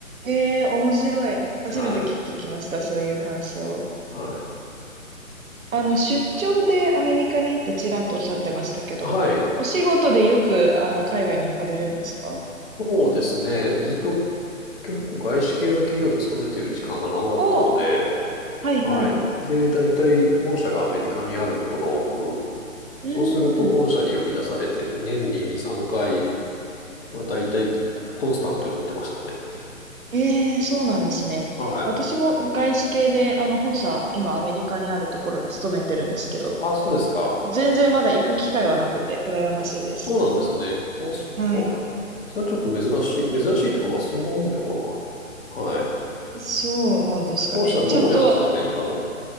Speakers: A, on the right; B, on the left.
A: えー、面白い。初めて聞きました、
B: はい。
A: そういう感想。
B: はい。
A: あの、出張でアメリカに行ってちらっとおっしゃってましたけど、
B: はい。
A: お仕事でよく、あの、海外に行かれるんですか
B: そうですね。ずっと結構外資系の企業に勤めてる時間が長かったので、
A: お、はいはい。
B: はい。で、大体本社がアメリカにあることが多く、
A: うーん。
B: そうすると本社に呼び出されて年に2、3回は大体コンスタントに行ってましたね。
A: ええ、そうなんですね。
B: はい。
A: 私も外資系で、あの、本社、今アメリカにあるところに勤めてるんですけど、
B: あ、そうですか。
A: 全然まだ行く機会はなくて、羨ましいです。
B: あ、そうなんですね。あ、そっか。
A: はい。
B: それはちょっと珍しい、珍しいというかまあそんなものなのかな。はい。
A: そうなんですかね。
B: 本社どこにあるんですか、
A: ちゃんと、
B: アメリカの。